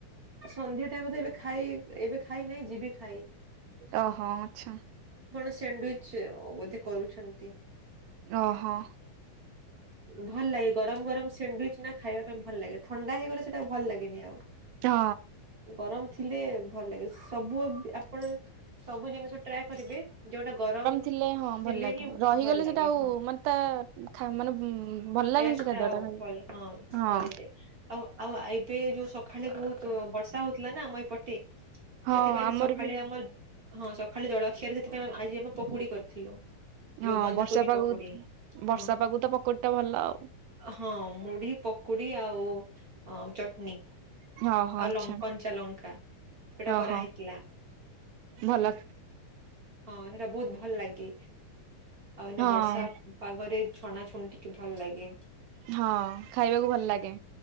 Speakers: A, on the right; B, on the right.
A: ସନ୍ଧ୍ୟା ଟାଇମରେ ଏବେ ଖାଇ ଏବେ ଖାଇ ନାଇଁ ଯିବି ଖାଇ
B: ଓହୋ ଆଛା।
A: ସାଣ୍ଡୁଉଇଚ ଉଇଥ କରୁଛନ୍ତି।
B: ଓହୋ।
A: ଭଲ ଲାଗେ ଗରମ ଗରମ ସ୍ୟାଣ୍ଡିଉଇଚ ନା ଖାଇବା ପାଇଁ ଭଲ ଲାଗେ, ଥଣ୍ଡା ହେଇଗଲେ ସେଇଟା ଭଲ ଲାଗେନି ଆଉ।
B: ହଁ।
A: ଗରମ ଥିଲେ ଭଲ ଲାଗେ ସବୁ ଆପଣା। ସବୁ ଜିନିଷ ଟ୍ରାଏ କରିବେ ଯୋଉଟା ଗରମ
B: ଥିଲେ ହଁ
A: ଥିଲେ
B: ଭଲ ଲାଗେ
A: ହିଁ
B: ରହିଗଲେ
A: ଭଲ ଲାଗେ
B: ସେଟା ଆଉ
A: ହଁ।
B: ମାନେ ତା ଖା ମାନେ ଭଲ ଲାଗେନି
A: ଟେଷ୍ଟଟା
B: ସେ ଖାଦ୍ୟଟା ଖାଇ
A: ପଲେ ହଁ
B: ହଁ
A: ପଳେଇ ଯାଏ ଆଉ ଆଉ ଆଇ ଏବେ ଯୋଉ ସକାଳେ ବହୁତ ବର୍ଷା ହଉଥିଲା ନା ଆମ ଏପଟେ
B: ହଁ
A: ସେଥିପାଇଁ
B: ଆମର
A: ସେ ସକାଳେ
B: ବି
A: ଆମର ହଁ ସକାଳେ ଜଳଖିଆରେ ସେଥିପାଇଁ ଆଜି ଆମେ ପକୁଡି କରିଥିଲୁ
B: ହଁ
A: ଯୋଉ ବନ୍ଧା
B: ବର୍ଷା
A: କୋବି
B: ପାଗକୁ
A: ପକୁଡି।
B: ବର୍ଷା
A: ହଁ
B: ପାଗକୁ ତ ପକୁଡି ଟା ଭଲ ଆଉ
A: ହଁ ମୁଢି ପକୁଡି ଆଉ। ହ ଚଟଣି
B: ଓହୋ
A: ଆଉ
B: ଆଚ୍ଛା
A: ଲ କଞ୍ଚା ଲଙ୍କା। ସେଟା
B: ଓହୋ
A: କରାହେଇଥିଲା
B: ଭଲ।
A: ହଁ ଏଇନାକା ବହୁତ ଭଲ ଲାଗେ ଆଉ ଏତି
B: ହଁ
A: ବର୍ଷା। ପାଗରେ ଛଣା ଛୁଣି ଟିକେ ଭଲ ଲାଗେ।
B: ହଁ ଖାଇବାକୁ ଭଲ ଲାଗେ